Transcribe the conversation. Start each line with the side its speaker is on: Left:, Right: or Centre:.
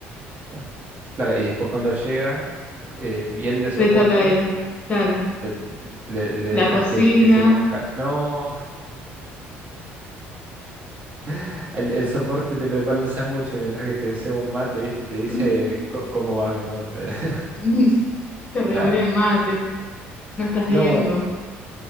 Right: Ah. Claro, y después cuando llega, eh, bien de soporte,
Left: le toca a él. Claro.
Right: le, le- le
Left: La
Right: dejas
Left: cocina.
Right: que, que se luzca. No, <laughs> el, el soporte te prepara el sándwich mientras que te desea un mate, ¿viste? Y te dice,
Left: <laughs>
Right: "Co- ¿cómo vas, mi amor? <laughs>
Left: <laughs> Te revolea
Right: Claro.
Left: el mate, no estás viendo.
Right: No.